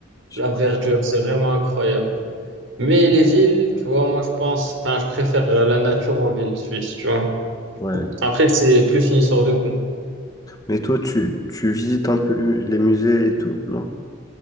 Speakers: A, on the left; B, on the right.
A: je
B: la
A: pense.
B: verdure, c'est vraiment incroyable. Mais les villes, tu vois, moi, je pense, enfin, je préfère euh, la nature aux villes suisses, tu vois.
A: Ouais.
B: Après, c'est plus une histoire de goût.
A: Mais toi, tu, tu visites un peu le- les musées et tout, non?